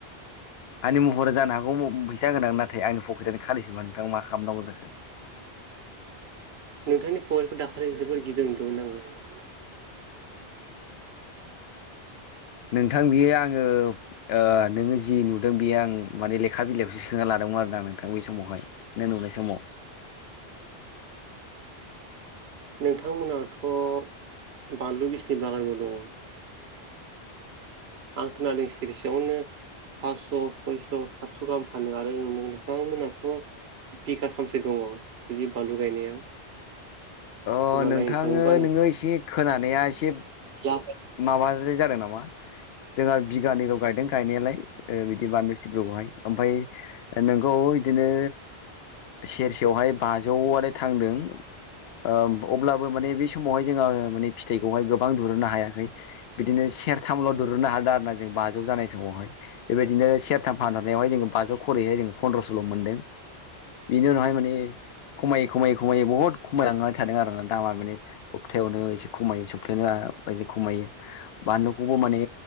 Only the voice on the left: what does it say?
आंनि महरा जानो हागौ फैसा गोनां नाथाय आंनि पकेटआनो खालिसोबा नोंथाङा मा खालामनांगौ जाखो
नोंथां बियो आङो ओ नोङो जि नुदों बेयो आं माने लेखा बिलाइखौसो सोना लादोंमोन आरोना नोंथां बे समावहाय नों नुनाय समाव
अ
नोंथाङो
नोङो एसे खोनानाया एसे
माबाद्राय जादों नामा जोंहा बिगानैल गायदों गायनायालाय बिदि बानलु सिब्रुखौहाय ओमफ्राय नोंखौ बिदिनो सेरसेयावहाय बाजौआलाय थांदों ओ अब्लाबो माने बे समावहाय जोङो माने फिथाइखौहाय गोबां दुरुननो हाया बिदिनो सेरथामल' दुरुननो हादों आरो ना जों बाजौ जानाय समावहाय बेबायदिनो सेरथाम फानहरनायावहाय जोङो बाजौ खरैहाय जोङो फन्द्रस'ल' मोनदों बेनि उनावहाय माने खमायै खमायै खमायै बहुद खमायलांनानै थादों आरोना दामा माने सप्थायायावनो एसे खमायो सप्थायनो बिदि खमायो बानलुखौबो माने